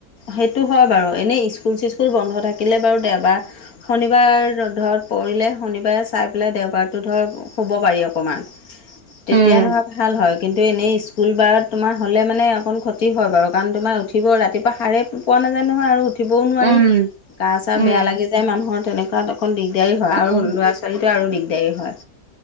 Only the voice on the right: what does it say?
উম
উম
উম
উম